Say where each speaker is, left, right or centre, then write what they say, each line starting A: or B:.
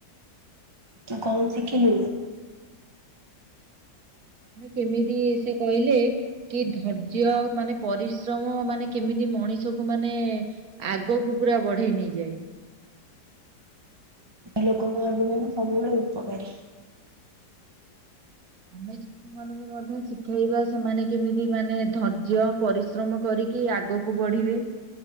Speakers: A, on the right (about 25°); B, on the right (about 60°).
A: ତୁ କଣ ଶିଖିଲୁ?
B: କେମିତି ସେ କହିଲେ କି ଧୈର୍ଯ୍ୟ ମାନେ ପରିଶ୍ରମ ମାନେ କେମିତି ମଣିଷକୁ ମାନେ ଆଗକୁ ପୁରା ବଢେଇ ନେଇଯାଏ।
A: ଲୋକଙ୍କ ଆମ ସବୁବେଳେ ଉପକାରୀ
B: ଆମ ଛୁଆ ମାନଙ୍କୁ ମଧ୍ୟ ଶିଖେଇବା ସେମାନେ କେମିତି ମାନେ ଧର୍ଯ୍ୟ ପରିଶ୍ରମ କରି କି ଆଗକୁ ବଢିବେ